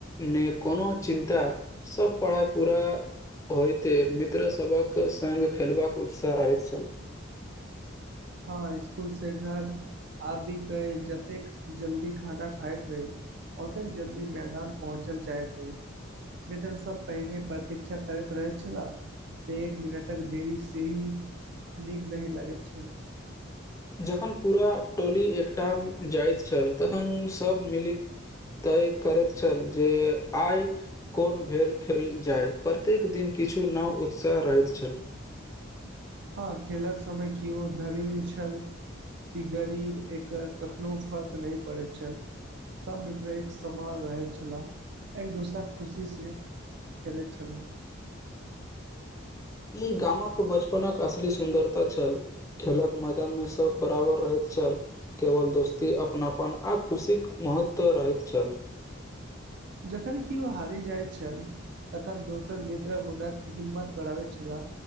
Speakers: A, on the left; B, on the right.
A: ने कोनो चिन्ता सब पढ़ाइ पूरा होइते मित्रसभक संग खेलबाक उत्साह रहैत छल
B: हँ स्कुल से घर आबिके जतेक जल्दी खाना खाइत रही ओतेक जल्दी मैदान पहुँचल जाय छैै मित्र सभ पहिने प्रतीक्षा करैत रहैत छलाह एक मिनटक देरी से ही नीक नहि लगैत छल
A: जखन पूरा टोली एकठा मे जाइत छल तखन सभ मीली तय करैत छल जे आई कोन भेल खेल जाय प्रत्येक दिन किछु नाव उत्साह रहैत छेल
B: ह खेलक समय किओ धनी छल कि गरीब एकर कखनो फर्क नहि पड़ैत छेल सभ मित्र एक समान रहैत छला एक दोसरा खुशी से खेलैत छलऊ।
A: ई गाम कऽ बचपन असली सुन्दरता छल खेलक मैदान मे सभ बराबर रहैत छल केवल दोस्ती अपनापन आ खुशीक महत्व रहैत छेल
B: जखन किओ हारि जाइत छल। तखन दोसर मित्र हुनक हिम्मत बढ़ाबैत छला।